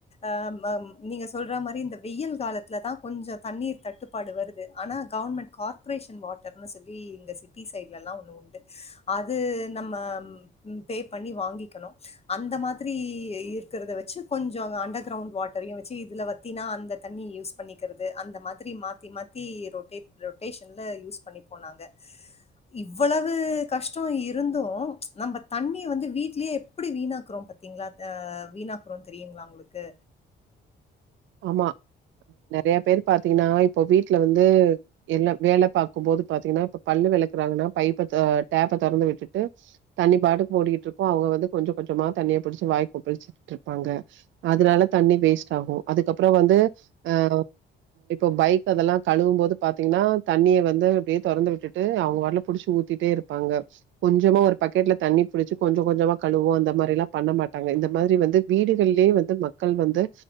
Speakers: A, on the left; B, on the right.
A: ஆமா நீங்க சொல்ற மாரி இந்த வெய்யில் காலத் துல தா கொஞ்ச தண்ணீர் தட்டுப்பாடு வருது ஆனா கவர்மெண்ட் கார்பரேஷன் வாட்டர்னு சொல்லி இங்க சிட் டி சைட்ல எல்லா ஒண்ணு உண்டு அது நம்ம ம் பே பண்ணி வாங்கிக்கணு அந்த மாதிரி இருக்கருத வச்சு கொஞ்ச அண்டர் கிரவுண்ட் வாட் டரையு வச்சு இதுல வத்தினா அந்த தண்ணிய யூஸ் பண்ணிக்கிறது அந்த மாதிரி மாத்தி மாத்தி ரொட்டேட் ரொட்டேஷன்ல யூஸ் பண்ணிபோ நாங்க இவ்வளவு கஷ்ட இருந்து நம்ம தண்ணிய வந்து வீட்லயே எப்டி வீணாக்குறோம் பாத்தீங்களா அ வீணாக்குரோம்னு தெரியுங்களா உங்களுக்கு
B: ஆமா நெறைய பேரு பாத்தீங்கன்னா இப்போ வீட்ல வந்து எல்லா வேல பாக்கும்போது பாத்தீங்கன்னா இப்ப பல்லு வெளக்குறாங்கன்னா பைப்பை தொ டேப்ப தொறந்து விட்டுட்டு தண்ணி பாட்டுக்கு ஓடிகிட்ருக்கு அவுங்க வந்து கொஞ்ச கொஞ்சமா தண்ணிய புடிச்சு வாய் கொப்பிலிச்சிட்டு இருப்பாங்க அதனால தண்ணி வேஸ்ட்டாகு அதுக்கப்பற வந்து அ இப்போ பைக் அதெல்லா கழுவும் போது பாத்தீங்கன்னா தண்ணிய வந்து அப்படியே தொறந்து விட்டுட்டு அவுங்க பாட்ல புடிச்சு ஊத்திட்டே இருப் பாங்க கொஞ்சமா ஒரு பக்கெட்ல தண்ணி புடிச்சு கொஞ்ச கொஞ்சமா கழுவோ அந்த மாரில்லா பண்ண மாட்டாங்க இந்த மாதிரி வந்து வீடுகள்லியே வந்து மக்கள் வந்து